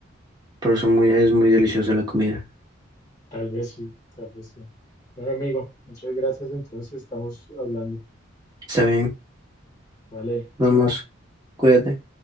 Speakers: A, on the right; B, on the left.
A: pero son muy, es muy deliciosa la comida.
B: Tal vez sí, tal vez sí. Bueno, amigo, muchas gracias. Entonces estamos hablando.
A: Está bien,
B: Vale,
A: vamos,
B: chao.
A: cuídate.